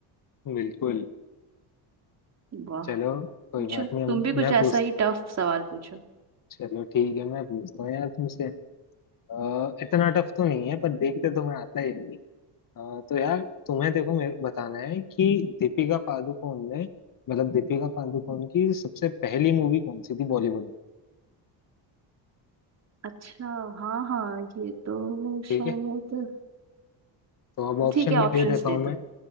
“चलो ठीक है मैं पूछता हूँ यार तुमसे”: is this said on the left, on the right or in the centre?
Left